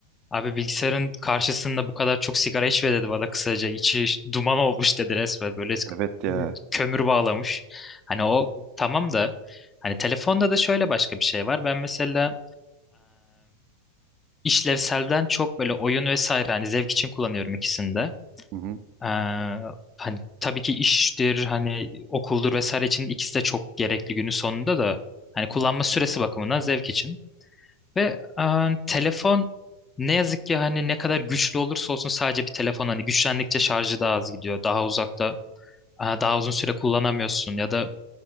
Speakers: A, on the left; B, on the right.
A: Abi bilgisayarın karşısında bu kadar çok sigara içme dedi bana kısaca. İçi duman olmuş dedi resmen böyle
B: Evet ya.
A: kömür bağlamış. Hani o tamam da hani telefonda da şöyle başka bir şey var. Ben mesela işlevselden çok böyle oyun vesaire hani zevk için kullanıyorum ikisini de.
B: Hı hı.
A: Ee, hani tabii ki iştir hani okuldur vesaire için ikisi de çok gerekli günün sonunda da hani kullanma süresi bakımından zevk için. Ve e, telefon ne yazık ki hani ne kadar güçlü olursa olsun sadece bir telefon hani güçlendikçe şarjı daha az gidiyor. Daha uzakta e, daha uzun süre kullanamıyorsun ya da